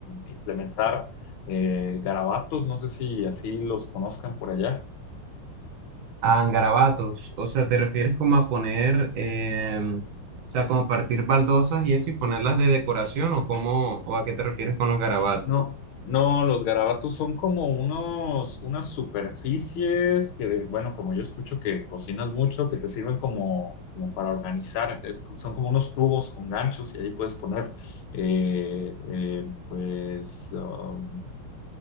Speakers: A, on the left; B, on the right.
A: implementar eh, garabatos, no sé si así los conozcan por allá.
B: A garabatos, o sea, ¿te refieres como a poner, em, o sea, como a partir baldosas y eso y ponerlas de decoración o cómo, o a qué te refieres con los garabatos?
A: No, no, los garabatos son como unos, unas superficies que, bueno, como yo escucho que cocinas mucho, que te sirven como, como para organizar, es co- son como unos tubos con ganchos y ahí puedes poner, eh, eh, pues, um,